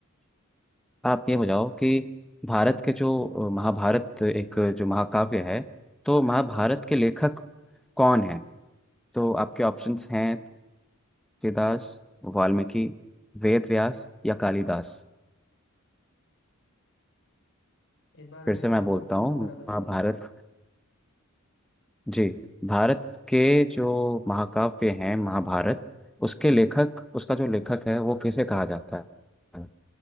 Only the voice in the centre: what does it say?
आप ये बताओ कि भारत के जो अ, महाभारत एक जो महाकाव्य है तो महाभारत के लेखक कौन हैं तो आपके ऑप्शंस हैं तुलसीदास वाल्मीकि वेद व्यास या कालिदास
फिर से मैं
बोलता
हूँ
महाभारत जी भारत के जो महाकाव्य हैं महाभारत उसके लेखक उसका जो लेखक है वो किसे कहा जाता है